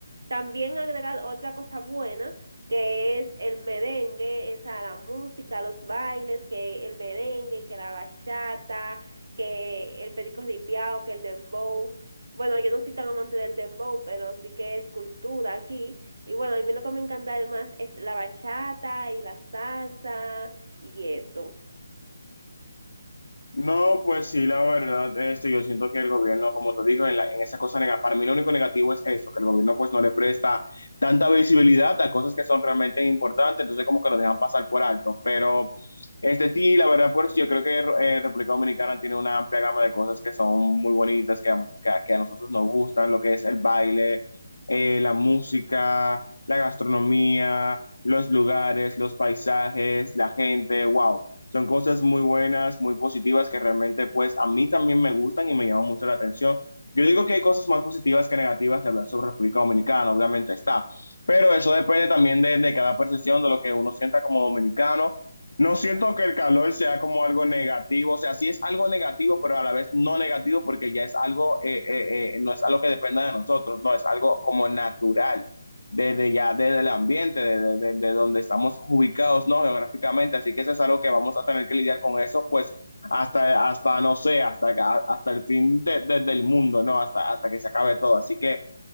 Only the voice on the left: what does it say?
No, pues sí, la verdad, este, yo siento que el gobierno, como te digo, en, la- en esa cosa negativa, para mí lo único negativo es eso, que el gobierno pues no le presta tanta visibilidad a cosas que son realmente importantes, entonces como que lo dejan pasar por alto, pero este sí, la verdad, pues yo creo que eh, República Dominicana tiene una amplia gama de cosas que son muy bonitas, que, a- que, a- que a nosotros nos gustan, lo que es el baile, eh, la música, la gastronomía, los lugares, los paisajes, la gente, wow. Son cosas muy buenas, muy positivas que realmente pues a mí también me gustan y me llaman mucho la atención. Yo digo que hay cosas más positivas que negativas de hablar sobre República Dominicana, obviamente está, pero eso depende también de, de cada percepción, de lo que uno sienta como dominicano. No siento que el calor sea como algo negativo, o sea, sí es algo negativo, pero a la vez no negativo porque ya es algo, eh, eh, eh, no es algo que dependa de nosotros, no, es algo como natural desde ya desde el ambiente, desde, desde donde estamos ubicados, ¿no? Geográficamente, así que eso es algo que vamos a tener que lidiar con eso, pues hasta, hasta no sé, hasta, hasta el fin de, de, del mundo, ¿no? Hasta, hasta que se acabe todo, así que,